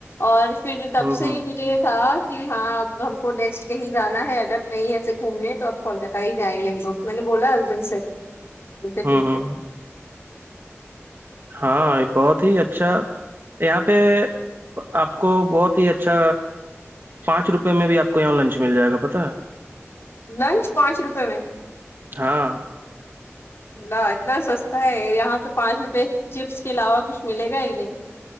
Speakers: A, on the left; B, on the right.
A: اور پھر دب
B: ہوں ہوں
A: سے ہی ملے تھا کہ ہاں ا ہم کو نیکسٹ کہیں جانا ہے اگر کہیں ایسے گھومنے تو اپ کولکہ ہی جائیں گے ہم لوگ میں نے بولا ہسبینڈ سے ب
B: ہوں
A: ٹھیک
B: ہوں
A: ہے
B: ہاں بہت ہی اچھا یہاں پہ آپ کو بہت ہی اچھا پانچ روپے میں بھی آپ کو یہاں لنچ مل جائے گا پتا
A: لنچ پانچ روپے میں
B: ہاں
A: نہ اتنا سستا ہے یہاں تو پانچ روپے چپس کے علاوہ کچھ ملے گا ہی نہیں